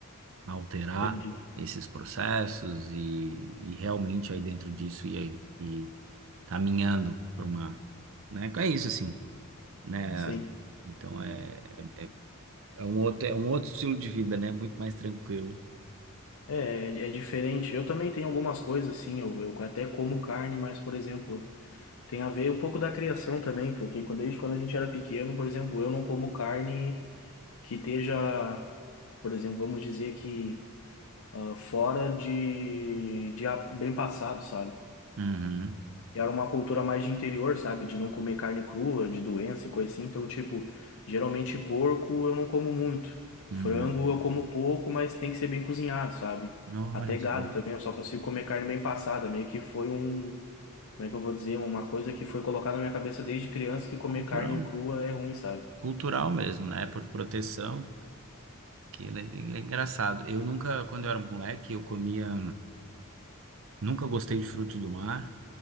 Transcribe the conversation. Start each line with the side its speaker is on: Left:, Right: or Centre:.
Right: alterar
Left: entendi.
Right: esses processos e, e realmente aí dentro disso e aí e caminhando para uma, né? É isso assim, né?
Left: Sim.
Right: Então é, é, é um outro é um outro estilo de vida, né? Muito mais tranquilo.
Left: É, é é diferente. Eu também tenho algumas coisas, assim, eu, eu até como carne, mas, por exemplo, tem a ver um pouco da criação também, porque quando- desde quando a gente era pequeno, por exemplo, eu não como carne que esteja, por exemplo, vamos dizer que ah, fora de, de a- bem passado, sabe?
Right: Uhum,
Left: E era uma cultura mais de interior, sabe? De não comer carne crua, de doença e coisa assim. Então, tipo, geralmente porco eu não como muito.
Right: uhum.
Left: Frango eu como pouco, mas tem que ser bem cozinhado, sabe?
Right: Olha
Left: Até gado
Right: só,
Left: também, eu só consigo comer carne bem passada. Meio que foi um, como é que eu vou dizer? Uma coisa que foi colocada na minha cabeça desde criança que comer
Right: cultural,
Left: carne crua é ruim, sabe?
Right: cultural mesmo, né? Por proteção. Que é, é engraçado. Eu nunca, quando eu era moleque, eu comia, nunca gostei de frutos do mar.